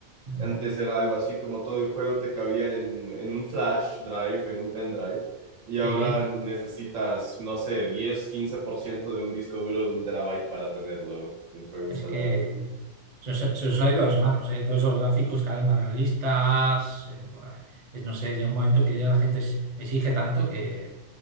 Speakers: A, on the right; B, on the right.
A: Mm,
B: Antes era algo así como todo el juego te cabía en, en un flash drive, en un pendrive, y ahora
A: Sí.
B: necesitas, no sé, diez quince por ciento de un disco duro de un terabyte para tenerlo, el juego instalado.
A: Es que se os, se os ha ido las manos, ¿eh? Todos esos gráficos cada vez más realistas. eh, buah, es, no sé, llega un momento que ya la gente es- exige tanto que